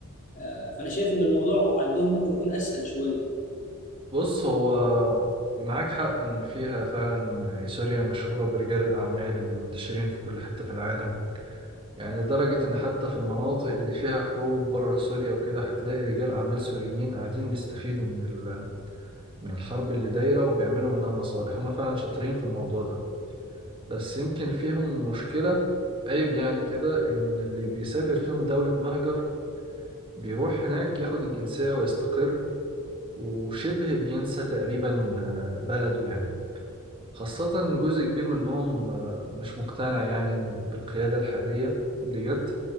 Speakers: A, on the left; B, on the right.
A: آه، فانا شايف ان الموضوع عندهم ممكن يكون اسهل شويه
B: بص هو معاك حق إن فيها فعلا يعني سوريا مشهورة برجال الأعمال اللي منتشرين في كل حتة في العالم يعني لدرجة إن حتى في المناطق اللي فيها حروب بره سوريا وكده هتلاقي رجال أعمال سوريين قاعدين بيستفيدوا من ال- من الحرب اللي دايرة وبيعملوا منها مصالح هما فعلا شاطرين في الموضوع ده بس يمكن فيهم مشكلة عيب يعني كده إن اللي بيسافر فيهم دولة مهجر بيروح هناك ياخد الجنسية ويستقر وشبه بينسى تقريبا آه، بلده يعني خاصة إن جزء كبير منهم آه، مش مقتنع يعني بالقيادة الحالية اللي جت